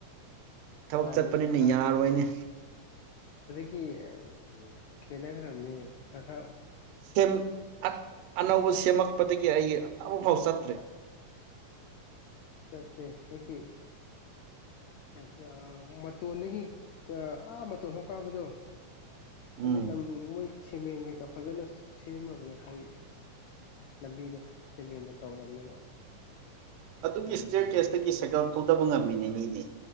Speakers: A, on the right; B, on the left.
A: ꯊꯕꯛ
B: ꯍꯥꯟ
A: ꯆꯠꯄꯅꯤꯅ
B: ꯍꯥꯟ
A: ꯌꯥꯔꯣꯏꯅꯦ꯫
B: ꯒꯤ ꯈꯦꯅꯈ꯭ꯔꯝꯅꯦ ꯈ ꯈ꯭ꯔ꯫
A: ꯀꯩꯝ ꯑ ꯑꯅꯧꯕ ꯁꯦꯝꯃꯛ ꯄꯗꯒꯤ ꯑꯩꯒꯤ ꯑꯃꯨꯛꯐꯥꯎ ꯆꯠꯇ꯭ꯔꯤ꯫
B: ꯆꯠꯁꯦ ꯈꯣꯏꯗꯤ ꯑꯒ ꯃꯇꫭꯟꯗꯒꯤ ꯇ ꯑꯥ ꯃꯇꫭꯟꯚꯧ ꯀꯥꯕꯗꯣ
A: ꯎꯝ
B: ꯑꯗꯨ ꯂꯝ ꯃꯣꯏ ꯁꯤꯃꯦꯟ ꯀꯩꯀꯥ ꯐꯖꯅ ꯁꯦꯝꯑꯕꯅꯦ ꯍꯩ ꯂꯝꯕꯤꯗꯣ ꯁꯦꯝꯃꯦꯅ ꯇꯧꯔꯕꯅꯦꯕ꯫
A: ꯑꯗꯨꯒꯤ
B: ꯌꯥꯝ
A: ꯏꯁꯇꯤꯌꯦꯔ
B: ꯅꯨꯡꯉꯥꯏꯕ
A: ꯀꯦꯁꯗꯒꯤ ꯁꯥꯏꯀꯜ ꯊꯧꯗꯕ ꯉꯝꯃꯤꯅꯦ ꯃꯤꯗꯤ꯫